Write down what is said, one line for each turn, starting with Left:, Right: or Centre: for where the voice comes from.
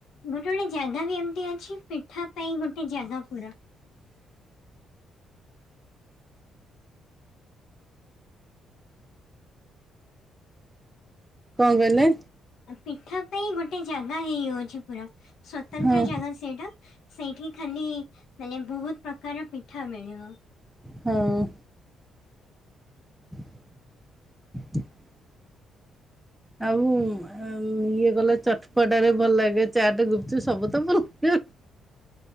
Left: ଗୋଟେ ଗୋଟେ ଜାଗା ବି ଏମତି ଅଛି। ପିଠା ପାଇଁ ଗୋଟେ ଜାଗା ପୁରା।
Centre: କଁ କହିଲେ?
Left: ଆ ପିଠା ପାଇଁ ଗୋଟେ ଜାଗା ହେଇଯାଉଛି ପୁରା ସ୍ଵତନ୍ତ୍ର
Centre: ହଁ
Left: ଜାଗା ସେଇଟା। ସେଇଠି ଖାଲି ମାନେ ବହୁତ ପ୍ରକାର ର‌ ପିଠା ମିଳିବ।
Centre: ହଁ। <inaudible> ଆଉ ଏଁ ଇଏ ଗଲା ଚଟପଟା ରେ ଭଲ ଲାଗେ ଚାଟ୍ ଗୁପ୍ ଚୁପ୍ ସବୁ ତ ମୋର ଫେ